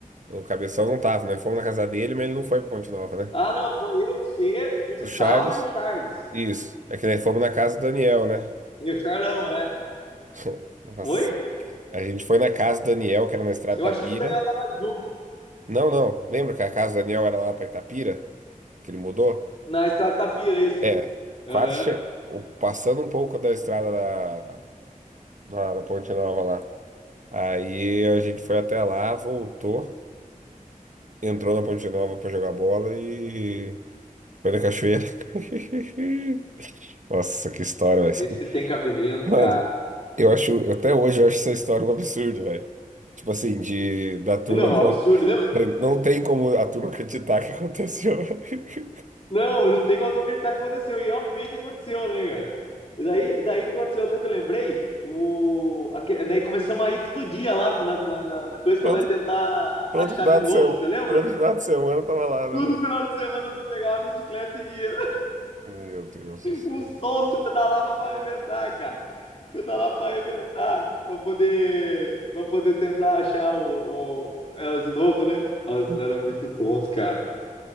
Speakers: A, on the right (about 60°); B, on the left (about 45°).
A: O Cabeção não tava, né? Fomos na casa dele, mas ele não foi pra Ponte Nova, né?
B: Ah, não, foi eu, você, o
A: O
B: Sal
A: Charles,
B: e o Charles.
A: isso. É que nós fomos na casa do Daniel, né?
B: E o Charlão, é.
A: <laughs> Nossa.
B: Oi?
A: A gente foi na casa do Daniel, que era na Estrada
B: Eu
A: Tapira.
B: achei que o Daniel tava junto
A: Não, não. Lembra que a casa do Daniel era lá pra Itapira? Que ele mudou?
B: na Estrada Tapira, isso.
A: É.
B: Aham.
A: Quase che... o- passando um pouco da estrada da, da, da Ponte Nova lá. Aí a gente foi até lá, voltou, entrou na Ponte Nova pra jogar bola e Foi na cachoeira. <laughs> Nossa, que história, velho. Escu-
B: Vê se tem cabimento,
A: Mano,
B: cara.
A: eu acho, até hoje eu acho essa história um absurdo, velho. Tipo assim, de da turma
B: Não,
A: não.
B: absurdo, né?
A: Não tem como a turma acreditar que aconteceu. <laughs>
B: Não, não tem como eu acreditar que aconteceu. E realmente aconteceu, né, cara? E daí, daí que aconteceu, daí que eu lembrei, o... aque- daí começamos a ir todo dia lá na, na, na- na coisa
A: Todo,
B: pra nós tentar
A: todo
B: achar
A: final
B: de novo,
A: de semana,
B: você lembra?
A: todo final de semana eu tava lá, né,
B: Todo
A: velho?
B: final de semana nós pegava a bicicleta e ia.
A: Meu Deus do céu.
B: uns tontos pedalavam pra arrebentar, cara. Pedalar pra arrebentar, pra poder, pra poder tentar achar o, o elas de novo, né? Nossa,
A: <laughs>
B: era muito tonto, cara.